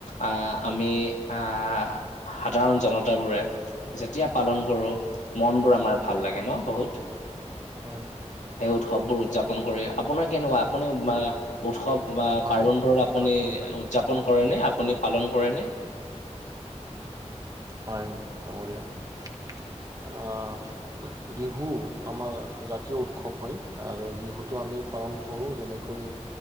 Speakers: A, on the left; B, on the right.
A: অ', আমি, অ' যাওঁ জনতাবোৰে, যেতিয়া পালন কৰো, মন বোৰ আমাৰ ভাল লাগে ন বহুত।
B: হয়।
A: সেই উৎসৱবোৰ উদযাপন কৰে, আপোনাৰ কেনেকুৱা, আপুনি মা উৎসৱ বা
B: হয়
A: পাৰ্বনবোৰত আপুনি
B: কথাটো হয়
A: উদযাপন
B: নিশ্চয়
A: কৰে নে? আপুনি পালন কৰে নে?
B: হয় ডাঙৰীয়া। অ' বিহু, আমাৰ জাতীয় উৎসৱ হয়। আৰু বিহুটো আমি পালন কৰোঁ, যেনেকৈ